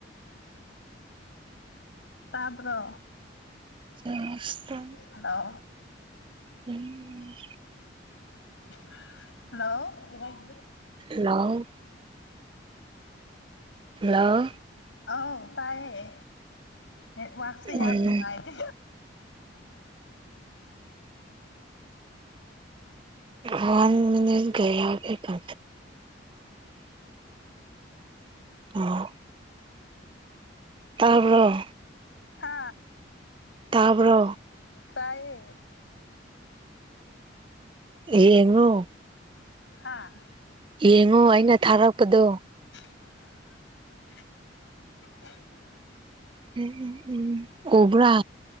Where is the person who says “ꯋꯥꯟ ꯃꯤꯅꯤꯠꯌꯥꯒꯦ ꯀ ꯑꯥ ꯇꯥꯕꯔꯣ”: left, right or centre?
Right